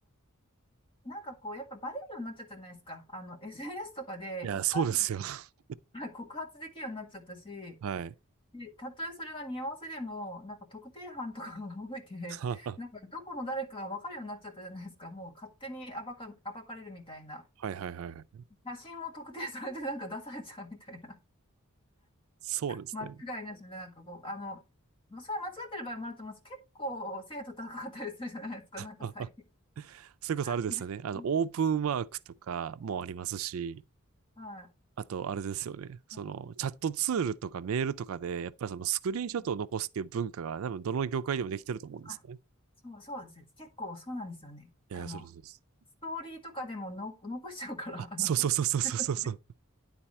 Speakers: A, on the left; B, on the right.
A: ーなんかこう、やっぱバレるようになっちゃったじゃないですか。あの、SNS とかで一般人
B: いや、そうですよ。<laughs>
A: が <laughs> 告発できるようになっちゃったし、
B: はい。
A: で、たとえそれが似合わせでも、なんか特定班とかが動いて、
B: <laughs> は
A: なんかどこの誰かが分かるようになっちゃったじゃないですか。もう勝手に暴か、暴かれるみたいな。
B: いはいはいはい。
A: 写真も特定されてなんか出されちゃうみたいな。
B: そうですね。
A: <laughs> 間違いなしで、なんかこう、あの、それは間違ってる場合もあると思うんです。結構精度高かったりするじゃないですか。なんか最近。
B: あ、あそういうことあるですよね。
A: <laughs>
B: あの、オープンワークとかもありますし、
A: は
B: あと、あれですよね。その、
A: い。うん
B: チャットツールとかメールとかで、やっぱりそのスクリーンショットを残すっていう文化が多分どの業界でもできてると思うんですね。
A: うんあ、そう、そうです。結構そうなんですよね。
B: いや、
A: あの、
B: そうですそうです。
A: ストーリーとかでもの残しちゃうから、
B: あ、
A: あの、
B: そうそうそうそうそうそう。
A: <laughs>